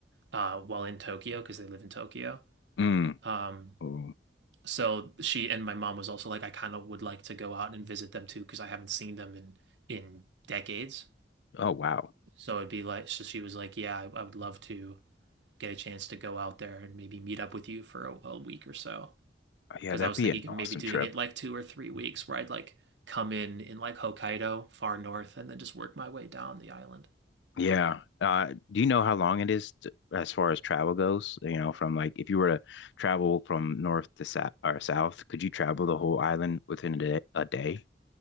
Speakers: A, on the right (about 80°); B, on the left (about 75°).
A: uh while in Tokyo because they live in Tokyo.
B: Mm.
A: Um
B: Oh,
A: so she and my mom was also like, I kind of would like to go out and visit them too because I haven't seen them in in decades.
B: oh, wow.
A: So it'd be like, so she was like, yeah, I, I would love to get a chance to go out there and maybe meet up with you for a, a week or so.
B: Yeah,
A: Because
B: that'd
A: I was
B: be
A: thinking
B: an
A: of
B: awesome
A: maybe doing
B: trip.
A: it like two or three weeks where I'd like come in in like Hokkaido, far north, and then just work my way down the island.
B: Yeah. Uh, do you know how long it is t as far as travel goes? You know, from like if you were to travel from north to south or south, could you travel the whole island within a day, a day?